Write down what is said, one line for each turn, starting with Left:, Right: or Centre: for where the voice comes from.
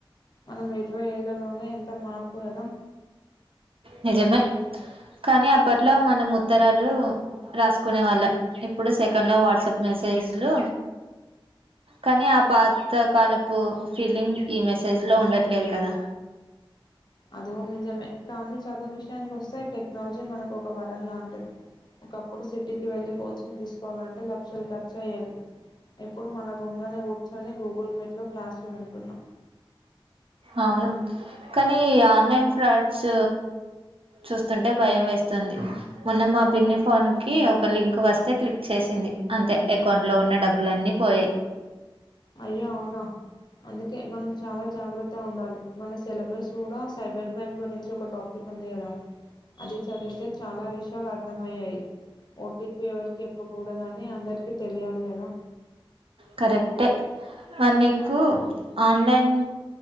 Left: మనం ఇరవై ఏళ్ళలోనె ఎంత మార్పు కదా.
Right: నిజమే కానీ అప్పట్లో మనం ఉత్తరాలు రాసుకునే వాళ్ళం ఇప్పుడు సెకండ్లో వాట్సాప్ మెసేజ్లు, కానీ ఆ పాతకాలపు ఫీలింగ్ ఈ మెసేజ్లో ఉండట్లేదు కదా.
Left: అదికూడ నిజమే కానీ చదువు విషయానికి వస్తే టెక్నాలజీ మనకు ఒక వరం లాంటిది. ఒకప్పుడు సిటీకి వెళ్ళి కోచింగ్ తీసుకోవాలంటే లక్షలు ఖర్చు అయ్యేవి. ఇప్పుడు మన రూమ్ లోనే కూర్చొని గూగుల్ మీట్ లో క్లాస్లు వింటున్నం.
Right: అవును కానీ ఆన్లైన్ ఫ్రాడ్స్ చూస్తుంటే భయం వేస్తుంది. మొన్న మా పిన్ని ఫోన్కి ఒక లింక్ వస్తే క్లిక్ చేసింది, అంతే అకౌంట్ లో ఉన్న డబ్బులు అన్నీ పోయాయి.
Left: అయ్యో అవునా అందుకే మనం చాలా జాగ్రత్త ఉండాలి మన సిలబస్ కూడా సైబర్ క్రైమ్ గురించి ఒక టాపిక్ ఉంది కదా అది చదివితే చాలా విష అర్థమయ్యాయి, ఓటీపీ ఎవరికి చెప్పకూడదని అందరికీ తెలియాలి కదా.
Right: కరెక్టే మరి నీకు ఆన్లైన్